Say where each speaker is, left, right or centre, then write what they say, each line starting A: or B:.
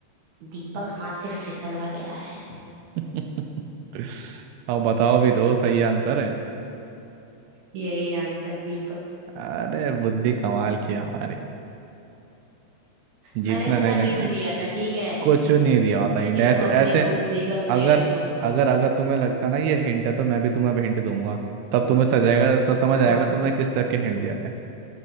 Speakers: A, on the right; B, on the right.
A: दीपक हाथ से फिसल गया है
B: <laughs> अब बताओ भी दो सही आंसर है
A: यही आंसर दीपक
B: अरे बुद्धि कमाल की है हमारी जीतना
A: मैंने इतना
B: नहीं देंगे
A: हिंट दिया था ठीक है
B: कुछ नहीं दिया होता हिंट ऐसे
A: इसको अपनी
B: ऐसे
A: बुद्धि का
B: अगर
A: क्रेडिट मत दो
B: अगर अगर तुम्हें लगता ना ये हिंट है तो मैं भी तुम्हें अब हिंट दूंगा तब तुम्हें सजाएगा स- समझ आएगा
A: हाँ
B: तुमने किस टाइप के हिंट दिया था